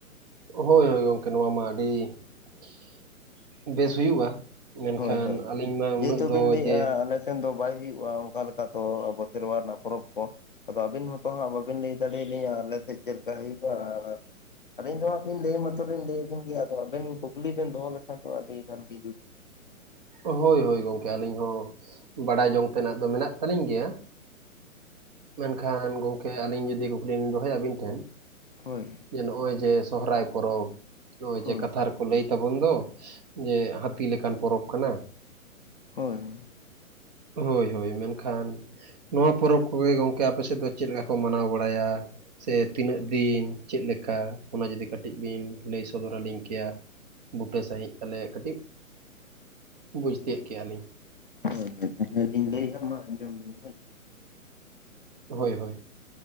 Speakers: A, on the right; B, on the left.
A: ᱦᱳᱭ ᱦᱳᱭ ᱜᱚᱝᱠᱮ ᱱᱚᱣᱟ ᱢᱟ ᱟᱹᱰᱤ <inaudible> ᱵᱮᱥ ᱦᱩᱭᱩᱜ-ᱟ᱾ ᱢᱮᱱᱠᱷᱟᱱ
B: ᱦᱳᱭ ᱦᱳᱭ
A: ᱟᱹᱞᱤᱧ ᱢᱟ
B: ᱡᱮᱦᱮᱛᱩ
A: ᱩᱱᱟᱹᱜ ᱫᱚ
B: ᱵᱤᱱ ᱞᱟᱹᱭᱮᱜᱼᱟ
A: ᱡᱮ
B: ᱟᱞᱮ ᱫᱚ ᱵᱟᱭ ᱦᱩᱭᱩᱜᱼᱟ ᱚᱱᱠᱟ ᱛᱚ ᱟᱵᱚ ᱥᱮᱨᱣᱟ ᱨᱮᱱᱟᱜ ᱯᱚᱨᱚᱵᱽ ᱠᱚ ᱟᱫᱚ ᱟᱹᱵᱤᱱ ᱦᱚᱸ ᱛᱚᱦᱟᱸᱜ ᱵᱟᱵᱤᱱ ᱞᱟᱹᱭ ᱫᱟᱲᱮ ᱟᱹᱞᱤᱧᱟ ᱟᱞᱮᱥᱮᱪ ᱪᱮᱫᱞᱮᱠᱟ ᱦᱩᱭᱩᱜ-ᱟ ᱟᱨ ᱟᱹᱞᱤᱧ ᱫᱚᱦᱟᱸᱜ ᱵᱤᱱ ᱞᱟᱹᱭ ᱢᱟᱛᱚᱞᱤᱧ ᱞᱟᱹᱭ ᱵᱤᱱ ᱜᱮᱭᱟ ᱟᱫᱚ ᱟᱵᱮᱱ ᱠᱩᱠᱞᱤ ᱵᱮᱱ ᱫᱚᱦᱚ ᱞᱮᱠᱷᱟᱱ ᱫᱚ ᱟᱹᱰᱤ ᱜᱟᱱ ᱜᱮ ᱡᱩᱛ
A: ᱦᱳᱭ ᱦᱳᱭ ᱜᱚᱝᱠᱮ ᱟᱹᱞᱤᱧ ᱦᱚᱸ ᱵᱟᱰᱟᱭ ᱡᱚᱝ ᱛᱮᱱᱟᱜ ᱫᱚ ᱢᱮᱱᱟᱜ ᱛᱟᱹᱞᱤᱧ ᱜᱮᱭᱟ ᱢᱮᱱᱠᱷᱟᱱ ᱜᱚᱝᱠᱮ ᱟᱹᱞᱤᱧ ᱡᱩᱫᱤ ᱠᱩᱠᱞᱤ ᱞᱤᱧ ᱫᱚᱦᱚᱭᱟ ᱟᱹᱵᱤᱱ ᱴᱷᱮᱱ
B: ᱦᱳᱭ
A: ᱡᱮ ᱱᱚᱜ-ᱚᱭ ᱡᱮ ᱥᱚᱦᱚᱨᱟᱭ ᱯᱚᱨᱚᱵᱽ ᱱᱚᱜ-ᱚᱭ
B: ᱦᱳᱭ
A: ᱡᱮ ᱠᱟᱛᱷᱟᱨ ᱞᱟᱹᱭ ᱛᱟᱵᱚᱱ ᱫᱚ ᱡᱮ ᱦᱟᱹᱛᱤ ᱞᱮᱠᱟᱱ ᱯᱚᱨᱚᱵᱽ ᱠᱟᱱᱟ,
B: ᱦᱳᱭ
A: ᱦᱳᱭ ᱦᱳᱭ ᱢᱮᱱᱠᱷᱟᱱ ᱱᱚᱣᱟ ᱯᱚᱨᱚᱵᱽ ᱠᱚᱜᱮ ᱜᱚᱢᱠᱮ ᱟᱯᱮ ᱥᱮᱫ ᱫᱚ ᱪᱮᱫ ᱞᱮᱠᱟ ᱠᱚ ᱢᱟᱱᱟᱣ ᱵᱟᱲᱟᱭᱟ ᱥᱮ ᱛᱤᱱᱟᱹᱜ ᱫᱤᱱ ᱪᱮᱫ ᱞᱮᱠᱟ ᱚᱱᱟ ᱡᱩᱫᱤ ᱠᱟᱹᱴᱤᱡ ᱵᱤᱱ ᱞᱟᱹᱭ ᱥᱚᱫᱚᱨ ᱟᱹᱞᱤᱧ ᱠᱮᱭᱟ ᱵᱩᱴᱟᱹ ᱥᱟᱺᱦᱤᱡ ᱛᱟᱞᱮ ᱠᱟᱹᱴᱤᱡ ᱵᱩᱡᱽ ᱛᱤᱭᱳᱜ ᱠᱮᱭᱟᱹᱞᱤᱧ,
B: ᱦᱳᱭ ᱦᱳᱭ ᱦᱳᱭ ᱤᱧ ᱞᱟᱹᱭᱮᱜ-ᱟ ᱢᱟ ᱟᱸᱡᱚᱢ ᱵᱤᱱ ᱦᱳᱭ
A: ᱦᱳᱭ ᱦᱳᱭ